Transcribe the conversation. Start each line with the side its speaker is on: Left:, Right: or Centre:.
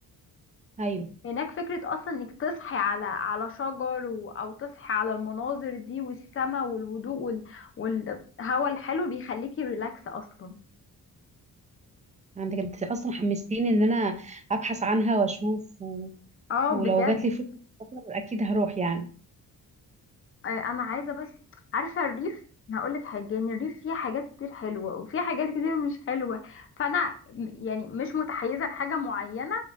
Right: ايوه
Left: هناك فكرة أصلا إنك تصحي على على شجر و... أو تصحي على المناظر دي والسماء والهدوء وال... والهواء الحلو بيخليكي ريلاكس أصلا
Right: عندك انت اصلا حمستيني ان انا ابحث عنها واشوف و...
Left: اه
Right: ولو
Left: بجد
Right: جات لي فرصه سفر اكيد هروح يعني
Left: آه، أنا عايزة بس عارفة الريف أنا هقولك حاجة يعني الريف فيه حاجات كتير حلوة وفيه حاجات كتير مش حلوة فأنا م- يعني مش متحيزة لحاجة معينة